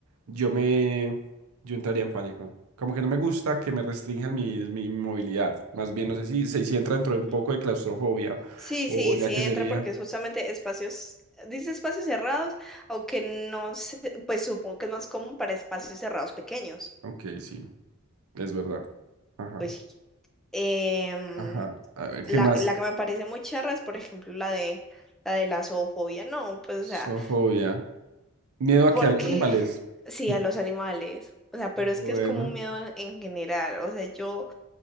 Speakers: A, on the right; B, in the centre.
A: yo me, yo entraría en pánico. Como que no me gusta que me restrinjan mi, mi movilidad. Más bien, no sé si, si, si entra dentro
B: Ujú.
A: de un poco de claustrofobia
B: Sí,
A: o,
B: sí,
A: o ya
B: sí
A: que
B: entra
A: sería.
B: porque es justamente espacios, dice espacios cerrados, aunque no sé, pues supongo que es más común para espacios cerrados pequeños.
A: Ok, sí, es verdad. Ajá,
B: Pues sí. Em,
A: ajá. A ver, ¿qué
B: la,
A: más?
B: la que me parece muy charra es, por ejemplo, la de la de la zoofobia, no, pues o
A: Sofobia.
B: sea.
A: Miedo a
B: Porque
A: que a los animales.
B: sí, a
A: <laughs>
B: los animales. O sea, pero
A: Bueno,
B: es que es como un miedo en, en general. O sea, yo,